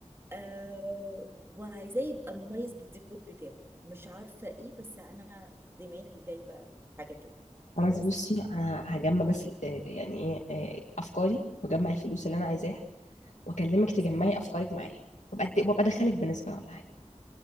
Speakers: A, on the right; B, on the left.
A: آه وعايزاه يبقى مميز بالديكور بتاعه مش عارفه ايه بس انا دماغي جايبه حاجه كده
B: خلاص
A: خلاص
B: بصي أنا هجمع بس ال- آه، يعني إيه آه، أفكاري وأجمع الفلوس اللي أنا عايزاها وأكلمك تجمعي
A: سلام
B: أفكارك معايا وأبقى أد- وأبقى أدخلك بنسبة ولا حاجة